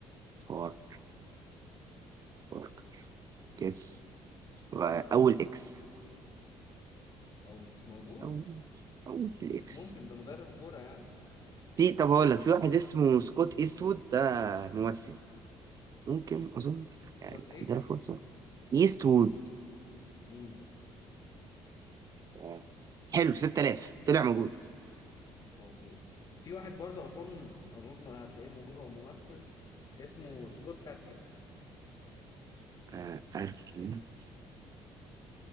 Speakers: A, on the right; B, on the left.
A: فار بارك كيس اول اكس
B: او مش موجود
A: اول اول
B: مش
A: اكس
B: ممكن ده مدرب كورة يعني
A: في طب هقول لك في واحد اسمه سكوت ايستوود ده ممثل ممكن اظن
B: سكوت
A: يعني
B: ايه
A: عندنا فرصه ايستوود
B: امم
A: آه، حلو 6000 طلع موجود
B: موجود في واحد برضه اظن اظن هتلاقيه موجود هو ممثل اسمه سكوت اتكنز
A: آه، أركنت